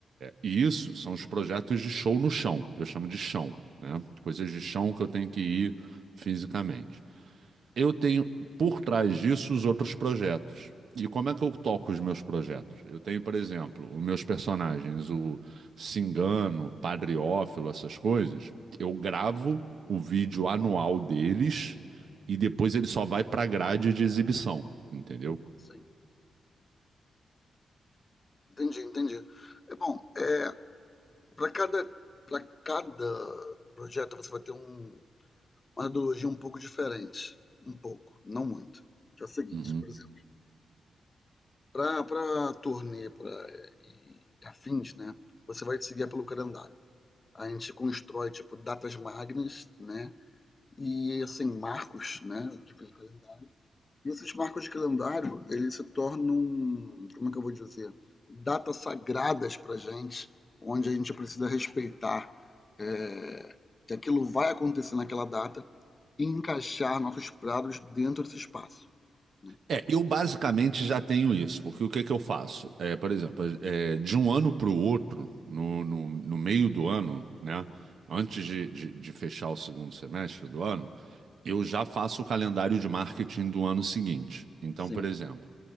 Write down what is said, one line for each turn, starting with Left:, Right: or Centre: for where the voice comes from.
Right: E isso são os projetos de show no chão, eu chamo de chão, né? Coisas de chão que eu tenho que ir fisicamente. Eu tenho por trás disso os outros projetos. E como é que eu toco os meus projetos? Eu tenho, por exemplo, os meus personagens, o Cingano, Padriófilo, essas coisas. Eu gravo o vídeo anual deles e depois ele só vai para a grade de exibição, entendeu?
Left: sim. Entendi, entendi. É bom, é, para cada, para cada projeto você vai ter um, uma metodologia um pouco diferente. Um pouco, não muito. Que é o seguinte,
Right: Uhum.
Left: por exemplo, para turnê pra, e afins, né? Você vai se guiar pelo calendário. A gente constrói, tipo, datas magnas, né? E, assim, marcos, né? De calendário. E esses marcos de calendário, eles se tornam, um, como é que eu vou dizer? Datas sagradas pra gente, onde a gente precisa respeitar é, que aquilo vai acontecer naquela data e encaixar nossos pratos dentro desse espaço. né?
Right: É, eu basicamente já tenho isso, porque o que que eu faço? É, por exemplo, é, de um ano para o outro, no, no, no meio do ano, né? Antes de, de, de fechar o segundo semestre do ano, eu já faço o calendário de marketing do ano seguinte. Então,
Left: Sim,
Right: por exemplo,